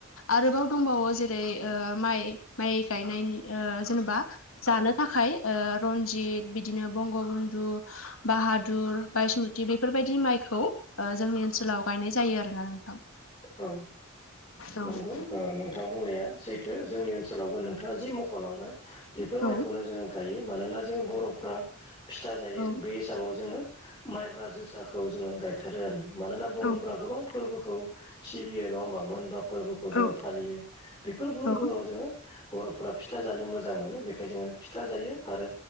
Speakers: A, on the left; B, on the left.
A: आरोबाव दंबावो जेरै ओ माइ माइ गायनायनि ओ जेनेबा जानो थाखाय ओ रन्जित बिदिनो बंग बन्धु बाहादुर बाइसमुति बेफोरबायदि माइखौ ओ जोंनि ओनसोलाव गायनाय जायो आरो ना नोंथां।
B: औ
A: औ
B: नंगौ ओ नोंथां बुंनाया सैथो जोंनि ओन सोलावबो नोंथाङाजि मख'लांबाय बेफोर माइखौनो
A: औ
B: जोङो गायो मानोना जों बर'फ्रा फिथा जायो
A: औ
B: बे हिसाबाव जोङो माइब्रा जोसाखौ जोङो गायथारो आरो। मानोना बर'फोरा
A: औ नंगौ
B: गोबां फोरबोखौ सिबियो नङा होमबा मोनबा फोरबोखौ जोङो
A: औ
B: फालियो बेफोर बोरबोआव
A: औ
B: जोङो बर'फोरा फिथा जानो मोजां मोनो बेखाय जोङो फिथा जायो आरो